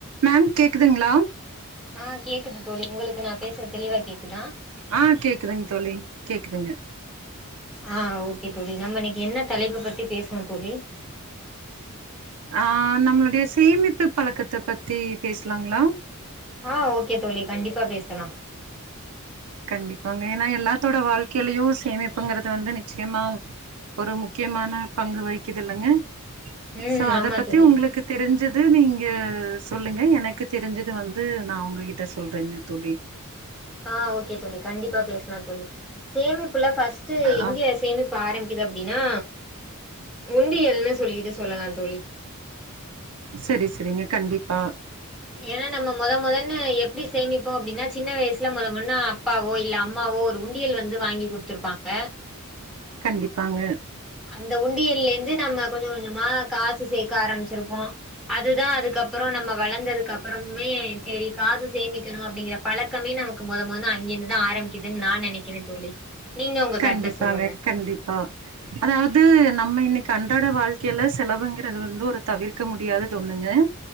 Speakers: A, on the right (about 70°); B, in the centre.
A: Ma'am கேக்குதுங்ளா
B: ஆ கேக்குது தோழி உங்களுக்கு நா பேசுறது தெளிவா கேக்குதா
A: ஆ கேக்குதுங் தோழி கேக்குதுங்க
B: ஆ ஓகே தோழி நம்ம இன்னைக்கு என்ன தலைப்பு பத்தி பேசுவோ தோழி
A: ஆ நம்மளுடைய சேமிப்பு பழக்கத்த பத்தி பேசலாங்ளா
B: ஆ ஓகே தோழி கண்டிப்பா பேசலா
A: கண்டிப்பாங்க ஏன்னா எல்லாத்தோட வாழ்க்கைலயு சேமிப்புங்கிறது வந்து நிச்சயமா ஒரு முக்கியமான பங்கு வகிக்குதுல்லங்க
B: ம்
A: சோ அத
B: ஆமா
A: பத்தி
B: தோழி
A: உங்களுக்கு தெரிஞ்சது நீங்க சொல்லுங்க எனக்கு தெரிஞ்சது வந்து நா உங்ககிட்ட சொல்றேங்க தோழி
B: ஆ ஓகே தோழி கண்டிப்பா பேசலா தோழி சேமிப்புல ஃபர்ஸ்ட்டு
A: ஆ
B: எங்க
A: ஆ,
B: சேமிப்பு ஆரம்பிக்குது அப்டினா உண்டியல்னு சொல்லிட்டு சொல்லலா தோழி
A: சரி சரிங்க கண்டிப்பா
B: ஏன்னா நம்ம முத முதன்னு எப்டி சேமிப்போ அப்டினா சின்ன வயசுல முத முன்னு ஆ அப்பாவோ இல்ல அம்மாவோ ஒரு உண்டியல் வந்து வாங்கி குடுத்துருப்பாங்க
A: கண்டிப்பாங்க
B: அந்த உண்டியல்லேந்து நம்ம கொஞசோ கொஞ்சமா காசு சேக்க ஆரம்பிச்சிருப்போ அதுதா அதுக்கப்பறோ நம்ம வளர்ந்தது கப்பறமே செரி காசு சேமிக்கணு அப்டிங்கிற பழக்கமே நமக்கு மொத மொத அங்கிருந்துதா ஆரம்பிக்குதுன்னு நா நெனைக் கிறே தோழி நீங்க உங்க
A: கண்டிப்பாங்க
B: கருத்த சொல்லுங்க
A: கண்டிப்பா அதாவது நம்ம இன்னைக்கி அன்றாட வாழ்க்கைல செலவுங்கிறது வந்து ஒரு தவிர் க்க முடியாதது ஒன்னுங்க